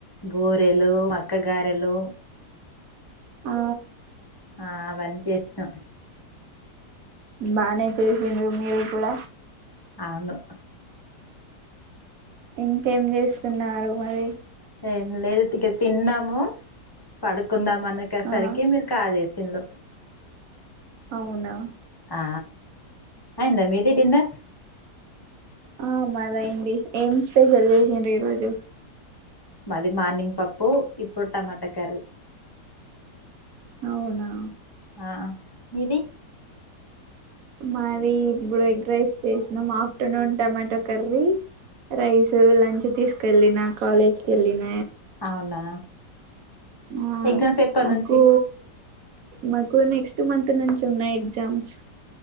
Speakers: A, on the left (about 15°); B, on the right (about 60°).
A: బూరెలు మక్కగారే రేలు
B: ఆ
A: ఆ అవన్నీ చేసినాం
B: బానే చేసిండ్రు మీరు కూడా
A: అవును
B: ఇంకేం చేస్తున్నారు మరి
A: ఏం లేదు ఇక తిన్నాము పడు కుందాం మనకే సరికి
B: ఆ
A: మీరు కాల్ చేసిరు. సిండ్రు
B: అవునా
A: ఆ అయిందా మీది డిన్నర్
B: ఆ మదయింది. ఎమ్ స్పెషల్ చేసిండ్రు ఈ రోజు
A: మాది మార్నింగ్ పప్పు ఇప్పుడు టమాటా కర్రీ
B: అవునా
A: ఆ మీది
B: మారి ఇప్పుడు ఎగ్ రైస్ చేసినాం. Afternoon tomato curry rice lunch తీసుకెళ్ళిన కాలేజ్కి ఏళ్ళిన
A: అవునా
B: ఆ
A: ఎగ్జామ్స్ ఎప్పటినుంచి
B: మాకు మాకు నెక్స్ట్ మంత్ నుంచి ఉన్నాయి. ఎగ్జామ్స్